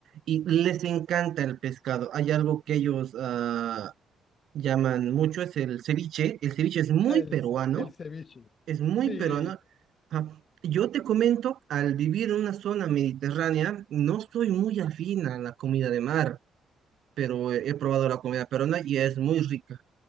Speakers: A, on the right; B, on the left.
A: y les encanta el pescado. Hay algo que ellos ah, llaman mucho, es el ceviche. El ceviche es muy
B: Ah, el,
A: peruano,
B: ce- el ceviche.
A: es muy
B: Sí, eh,
A: peruano. Ajá. Yo te comento, al vivir en una zona mediterránea, no soy muy afín a la comida de mar, pero he, he probado la comida peruana y es muy rica.